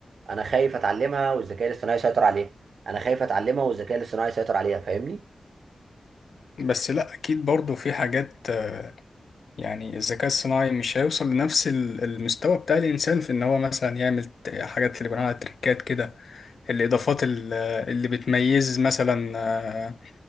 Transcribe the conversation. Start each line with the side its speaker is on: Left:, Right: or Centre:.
Right: انا خايف اتعلمها والذكاء الاصطناعي يسيطر عليها انا خايف اتعلمها والذكاء الاصطناعي يسيطر عليها فاهمني
Left: بس لا اكيد برضو في حاجات آه، يعني الذكاء الصناعي مش هيوصل لنفس ال- المستوى بتاع الانسان في ان هو مثلا يعمل ت- حاجات اللي بنقولها تريكات كده الاضافات ال- اللي بتميز مثلا آه،